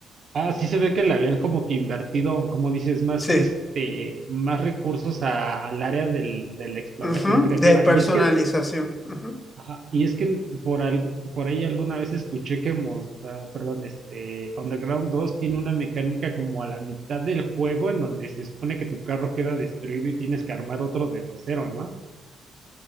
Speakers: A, on the right; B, on the left.
A: Ah, sí se ve que le habían como que invertido, como dices, más
B: Sí,
A: este, más recursos a- al área del- de la exploración
B: ujú,
A: creativa.
B: De personalización.
A: Y es que
B: ujú.
A: Ajá, y es que por algo, por ahí alguna vez escuché que Mos- ah, perdón, este Underground 2 tiene una mecánica como a la mitad del juego en donde se supone que tu carro queda destruido y tienes que armar otro desde cero, ¿no?